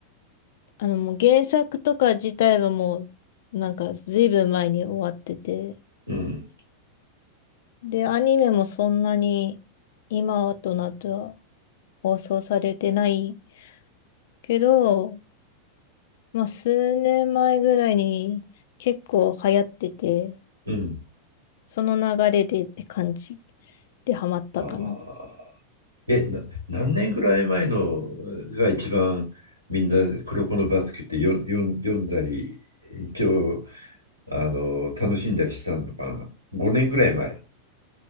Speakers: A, on the left; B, on the right.
A: あの、もう原作とか自体はもう、なんか、ずいぶん前に終わってて、
B: うん
A: で、アニメもそんなに今となっては放送されてないけど、まあ、数年前ぐらいに結構流行ってて、
B: うん。
A: その流れでって感じでハマったかな。
B: ああ。え、な、何年ぐらい前のが一番みんな黒子のバスケってよよん読んだり、一応あの楽しんだりしたのかな。5年ぐらい前。